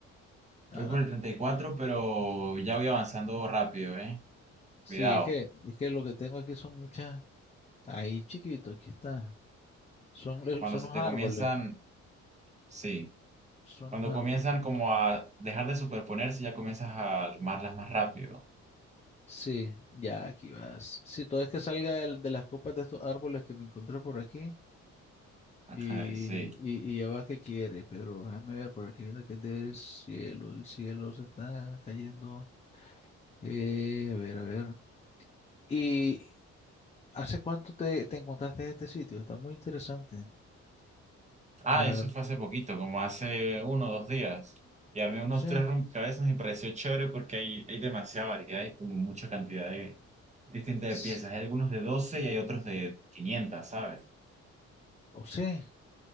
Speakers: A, on the left; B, on the right.
A: A
B: Voy por
A: la-
B: el treinta y cuatro pero ya voy avanzando rápido, ¿eh?
A: Sí,
B: Cuidado.
A: es que, es que lo que tengo aquí son muchas... Ahí, chiquito, aquí está. Son, el-
B: Cuando
A: son
B: se
A: los
B: te
A: árboles.
B: comienzan, sí.
A: Son
B: Cuando
A: los árboles.
B: comienzan como a dejar de superponerse, ya comienzas a armarlas más rápido.
A: Sí, ya aquí vas. Si todo es que salga el- de las copas de estos árboles que me encontré por aquí.
B: <laughs> Ajá,
A: Y,
B: y sí.
A: y, y ya va que quiere, pero déjame ver por aquí viendo que es del cielo. El cielo se está cayendo. Eh, a ver, a ver. ¿Y hace cuánto te, te encontraste en este sitio? Está muy interesante.
B: Ah,
A: La verdad.
B: eso fue hace poquito, como hace uno o dos días. Y armé
A: O
B: unos
A: sea,
B: tres rompecabezas y me pareció chévere porque hay, hay demasiada variedad y como mucha cantidad de, distinta de
A: s-
B: piezas. Hay algunos de 12 y hay otros de quinientas ¿sabes?
A: o sea.